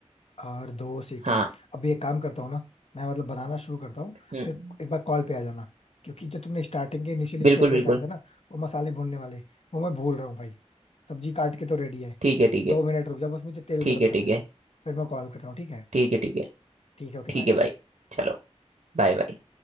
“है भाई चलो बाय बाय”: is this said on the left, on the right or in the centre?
Right